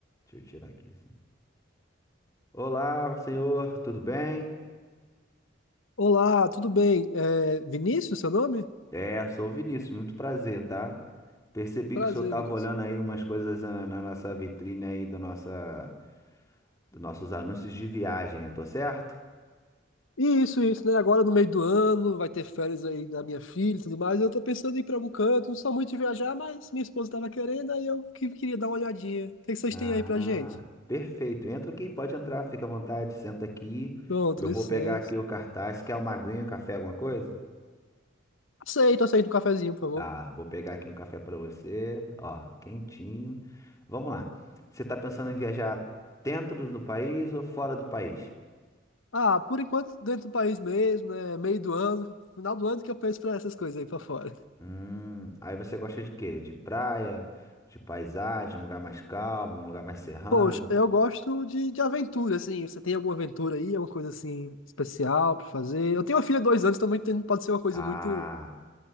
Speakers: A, on the left; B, on the left.
A: Deixa eu tirar aqui, assim. Olá, senhor, tudo bem?
B: Olá, tudo bem? É Vinícius, seu nome?
A: É, sou o Vinícius, muito prazer, tá? Percebi
B: Prazer,
A: que o senhor estava
B: Vinícius.
A: olhando aí umas coisas ah, na, nossa vitrine aí da nossa, dos nossos anúncios de viagem, tô certo?
B: E Isso, isso, né? Agora no meio do ano, vai ter férias aí da minha filha e tudo mais. Eu tô pensando em ir pra algum canto, não sou muito de viajar, mas minha esposa tava querendo, aí eu que- queria dar uma olhadinha. O que que vocês
A: Ah,
B: têm aí pra gente?
A: perfeito. Entra aqui, pode entrar, fica à vontade, senta aqui.
B: Pronto,
A: Eu
B: licença.
A: vou pegar aqui o cartaz. Quer uma aguinha, um café, alguma coisa?
B: Aceito, aceito um cafezinho, por favor.
A: Tá, vou pegar aqui um café pra você, ó, quentinho. Vamos lá. Você tá pensando em viajar dentro do país ou fora do país?
B: Ah, por enquanto dentro do país mesmo, né? Meio do ano, final do ano que eu penso pra essas coisas aí pra fora.
A: Hum, aí você gosta de quê? De praia, de paisagem, um lugar mais calmo, um lugar mais serrano?
B: Poxa, eu gosto de, de aventura, assim. Você tem alguma aventura aí, alguma coisa assim especial pra fazer? Eu tenho uma filha de dois anos também, tem- pode ser uma coisa
A: Ah,
B: muito.